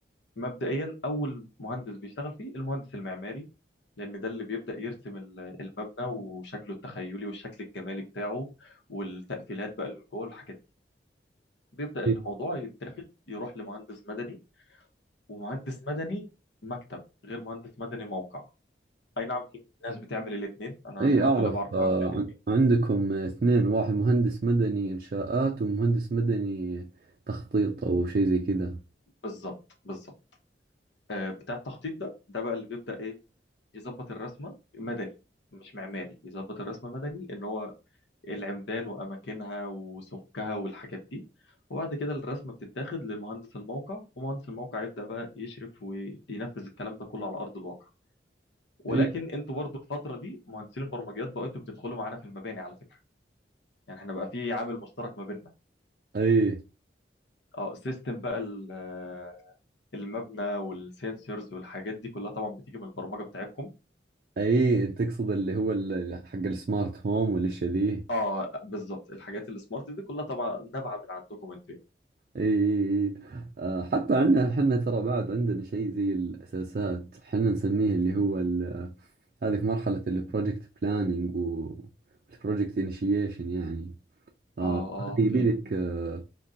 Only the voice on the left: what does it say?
مبدئيا اول مهندس بيشتغل فيه المهندس المعماري لان ده اللي بيبدأ يرسم ال- المبنى وشكله التخيلي والشكل الجمالي بتاعه والتقفيلات بقى اللي جوه الحاجات بيبدأ الموضوع
يتاخد يروح لمهندس مدني ومهندس مدني مكتب غير مهندس مدني موقع اي نعم في ناس بتعمل الاثنين انا
الحمد
لله بعرف
اعمل الاثنين
بالظبط بالظبط آه بتاع التخطيط ده ده بقى اللي بيبدأ ايه يظبط الرسمة مدني مش معماري يظبط الرسمة مدني ان هو العمدان واماكنها وسمكها والحاجات دي وبعد كده الرسمة بتتاخد لمهندس الموقع ومهندس الموقع يبدأ بقى يشرف وينفذ الكلام ده كله على أرض الواقع ولكن
انتوا برضو الفتره دي مهندسين البرمجيات بقوا انتوا بتدخلوا معانا في المباني على فكره يعني احنا بقى في عامل مشترك ما بيننا
اه سيستم بقى ال- آه، المبنى والسنسورز والحاجات دي كلها طبعا بتيجي من البرمجه بتاعتكم
اه بالظبط الحاجات السمارت دي كلها طبعا نابعه من عندكم انتوا يعني.
اه
اه اوكي